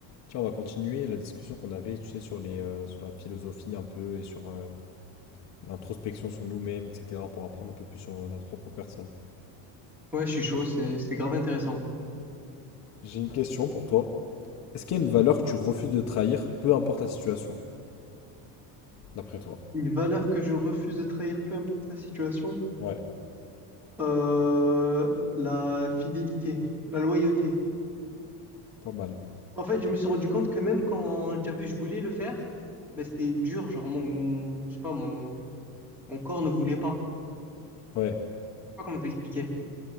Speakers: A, on the left; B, in the centre.
A: Tiens, on va continuer la discussion qu'on avait, tu sais, sur les, euh, sur la philosophie un peu et sur euh, l'introspection sur nous-mêmes, etc., pour apprendre un peu plus sur euh, notre propre personne.
B: Ouais, je suis chaud, c'est- c'était grave intéressant.
A: J'ai une question pour toi. Est-ce qu'il y a une valeur que tu refuses de trahir, peu importe la situation, d'après toi?
B: Une valeur que je refuse de trahir, peu importe la situation,
A: Ouais,
B: euh, la fidélité, la loyauté.
A: pas mal.
B: En fait, je me suis rendu compte que même quand, tu as vu, je voulais le faire, bah, c'était dur, genre mon, je sais pas, mon, mon corps ne voulait pas.
A: Ouais,
B: Je sais pas comment t'expliquer.